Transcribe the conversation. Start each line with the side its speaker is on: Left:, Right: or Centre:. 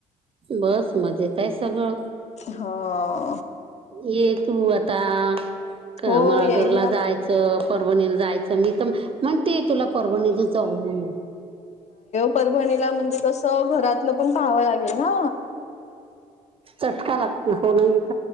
Right: बस मजेत आहे सगळं.
Left: हा.
Right: ये तू आता क
Left: हो
Right: म
Left: येईल
Right: घरला
Left: ना
Right: जायचंय. त परभणीला जायचं मी तर म्हणते तुला परभणीलाच जाऊ म्हणून.
Left: परभणी म्हणजे कस घरातलं पण पाहावं लागेल ना.
Right: चटका लागत हो ना.